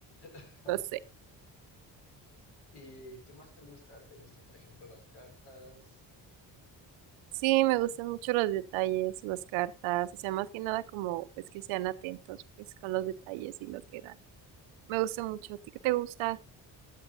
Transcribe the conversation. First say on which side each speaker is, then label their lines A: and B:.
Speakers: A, on the left; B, on the right.
A: <laughs>
B: no sé.
A: ¿Y qué más te gusta? ¿Te gustan, por ejemplo, las cartas?
B: Sí, me gustan mucho los detalles, las cartas, o sea, más que nada como, pues que sean atentos, pues con los detalles y lo que dan. Me gusta mucho. ¿A ti qué te gusta?